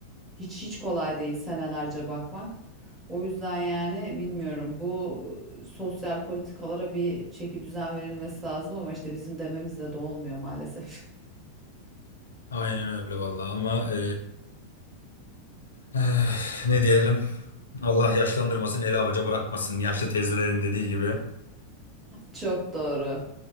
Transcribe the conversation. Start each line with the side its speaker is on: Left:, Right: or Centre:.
Right: Hiç hiç kolay değil senelerce bakmak. O yüzden yani bilmiyorum bu e, sosyal politikalara bir çeki düzen verilmesi lazım ama işte bizim dememizle de olmuyor maalesef. <laughs>
Left: Aynen öyle vallahi ama e, eh, ne diyelim? Allah yaşlandırmasın, eli avuca bırakmasın. Yaşlı teyzelerin dediği gibi.
Right: Çok doğru.